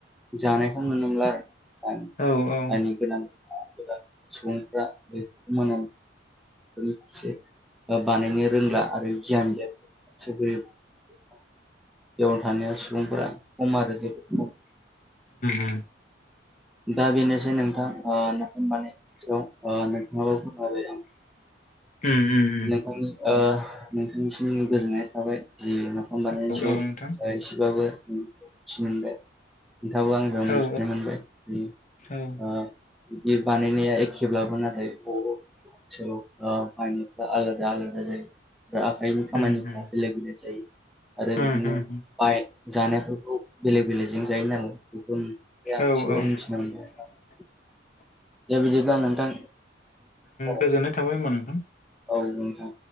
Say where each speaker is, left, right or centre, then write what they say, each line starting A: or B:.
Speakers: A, in the centre; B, on the left (about 40°).
A: जानायखौनो नुनो मोनला आरोना।
B: औ उम
A: जानि गोनां <unintelligible> सुबुंफोरा बे <unintelligible> बेफोरनि फारसे बानायनो रोंला आरो गियान गैया। <unintelligible> सुबुंफोरा खम आरो जोबोद खम।
B: उम
A: दा बेनोसै नोंथां ओ नानि सायाव ओ नोंथाङाबो फोरमायबाय आं
B: ओम ओम।
A: नोंथांनि ओ नोंथांनिसिम गोजोननाय थाबाय जि नाफाम बानायनायनि
B: औ
A: सायाव
B: औ नोंथां
A: एसेबाबो मिथि मोनबाय। नोंथाङाबो आंनिफ्राय मोनथिनो
B: औ
A: मोनबाय बि
B: औ
A: ओ बिदि बानायनाया एखेब्लाबो नाथाय बब <unintelligible> आलादा आलादा जायो आखाइनि
B: उम
A: खामानिफ्रा
B: उम
A: बेले बेलेग जायो आरो बिदिनो
B: उम उम
A: बाइक जानायफोरखौ बेलेग बेलेगजों जायो नालाय बेखौ
B: औ औ
A: <unintelligible>
B: <inaudible>
A: दा बिदिब्ला नोंथां जाबाय
B: गोजोननाय थाबाय होमबा नोंथां।
A: औ नोंथां